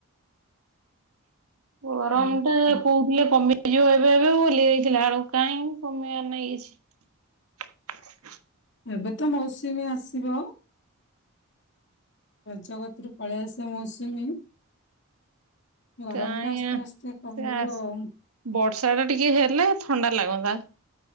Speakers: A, on the right; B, on the left.
A: ଗରମ
B: ହୁଁ।
A: ଟା କୋଉଥିଲେ କମେଇଯିବ ଏବେ ଏବେ ଭୁଲିଯାଇଥିଲା ଆଉ କାଇହିଁ କମେଇବାର ନେଇାଇ କିଛି। <inaudible>
B: ଏବେ ତ ମୌସୁମୀ ଆସିବ। ଜଗତରୁ ପଳେଇ ଆସେ ମୌସୁମୀ ଗରମ
A: କାହିଁ
B: ଟା ଆସ୍ତେ
A: ଆସି
B: ଆସ୍ତେ କମିବ
A: ସେ
B: ଆଉ।
A: ବର୍ଷା ଟା ଟିକେ ହେଲେ ଥଣ୍ଡା ଲାଗ ବା